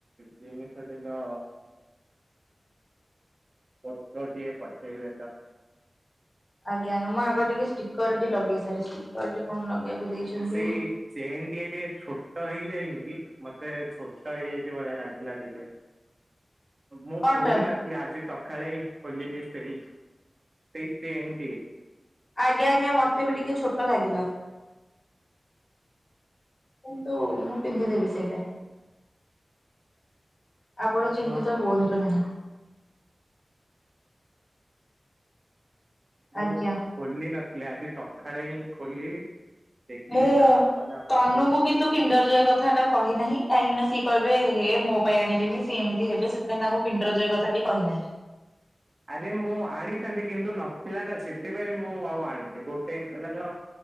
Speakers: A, on the right; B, on the left.
A: ଜିମ ସେଇ ଟେକା ଫଟୋ ଟିଏ ପଠେଇବ ତ।
B: ଆଜ୍ଞା ମୁଁ ଆଗ ଟିକେ ଷ୍ଟିକର ଟିଏ ଲଗେଇ ସାରେ ଷ୍ଟିକର ଟି କଣ ଲଗେଇବାକୁ ଦେଇଛନ୍ତି?
A: ସେଇ ଚେନ୍ ଟିକେ ଟିକେ ଛୋଟ ହେଇଯାଇନି କି? ମତେ ଛୋଟ ହେଇଯାଇଛି ଭଳିଆ ଲାଗିଲା ଟିକେ। ମୁଁ
B: କଣଟା
A: ଖୋଲି ନ ଆଜି ସକାଳେ ହିଁ ଖୋଲିଲି ସେଇ ସେଇ ଚେନ୍ ଟି।
B: ଆଜ୍ଞା ଆଜ୍ଞା ମତେ ବି ଟିକେ ଛୋଟ ଲାଗିଲା। କିନ୍ତୁ? ମୁଁ ପିନ୍ଧିଦେବି ସେଇଟା। ଆପଣ ଚିନ୍ତିତ
A: ହଁ।
B: ହୁଅନ୍ତୁ ନାହିଁ।
A: ମୁଁ
B: ଆଜ୍ଞା।
A: ଖୋଲିି ନଥିଲି ଆଜି ସକ୍ ସଖାଳେ ହିଁ ଖୋଲିଲି ଦେଖିଲି
B: ମୁଁ
A: ତାପରେ ଆପଣଙ୍କୁ
B: ତନୁକୁ
A: ଉ
B: କିନ୍ତୁ କିଣ୍ଡର ଜୟ କଥାଟା କହିନାହିଁ କାହିଁକି ନା ସିଏ କ‌ହିଁବେ ଏହେ ମୋ ପାଇଁ ଆଣିଲେନି। ସେ ଏମିତି ହେବେ ସେଥି ପାଇଁ ତାଙ୍କୁ କିଣ୍ଡରଜୟ କଥାଟି କହିନାହିଁ।
A: ଆରେ ମୁଁ ଆଣିଥାନ୍ତି କିନ୍ତୁ ନଥିଲା ନା ସେଥିପାଇଁ ମୁଁ ଆଉ ଆଣିନି ଗୋଟେ ହିଁ ଥିଲା ତ